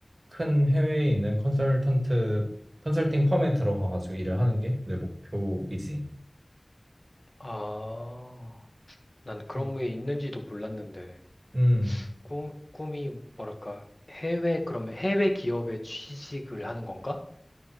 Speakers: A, on the right; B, on the left.
A: 큰 해외에 있는 컨설턴트, 컨설팅 펌에 들어가가지고 일을 하는 게 내 목표이지.
B: 아, 난 그런
A: 음,
B: 게 있는지도 몰랐는데.
A: 음.
B: 꿈, 꿈이 뭐랄까, 해외, 그러면 해외 기업에 취직을 하는 건가?